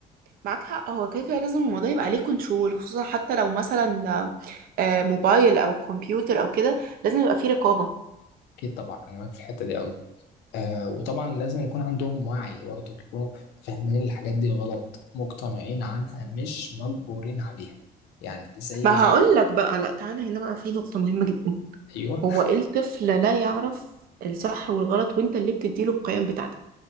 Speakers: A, on the right; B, on the left.
A: معاك حق هو كده كده لازم الموضوع يبقى عليه كنترول خصوصا حتى لو مثلا آه، موبايل او كمبيوتر او كده لازم يبقى فيه رقابه
B: اكيد طبعا انا معاك في الحتة دي قوي آه وطبعا لازم يكون عندهم وعي برضه يكونوا فاهمين الحاجات دي غلط مقتنعين عنها مش مجبورين عليها يعني زي
A: ما
B: زي
A: هقول لك بقى لا تعالى هنا بقى في نقطة مهمة جدا
B: ايوه
A: هو إيه الطفل لا يعرف الصح والغلط وانت اللي بتديله القيم بتاعتك